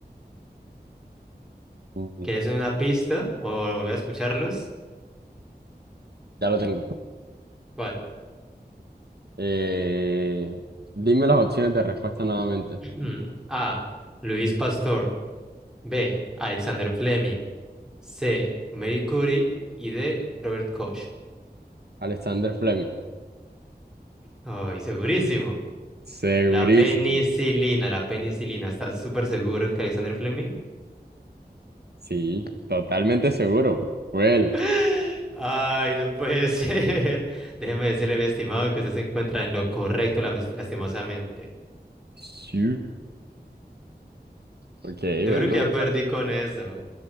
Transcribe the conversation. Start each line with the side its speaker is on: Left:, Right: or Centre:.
Right: Mm,
Centre: ¿Quieres una pista o volver a escucharlos?
Right: Ya lo tengo.
Centre: ¿Cuál?
Right: Eh, dime las opciones de respuesta nuevamente.
Centre: <clears throat> A. Luis Pasteur. B. Alexander Fleming. C. Marie Curie. Y D. Robert Koch.
Right: Alexander Fleming.
Centre: Ay, segurísimo.
Right: Segurísimo.
Centre: La penicilina, la penicilina. ¿Estás súper seguro que Alexander Fleming? <gasps>
Right: Sí, totalmente seguro. Fue él.
Centre: <laughs> Ay, no puede <laughs> ser. Déjeme decirle, mi estimado, que usted se encuentra en lo correcto, lame- lastimosamente.
Right: Sí. Ok,
Centre: Yo
Right: bueno.
Centre: creo que ya perdí con eso.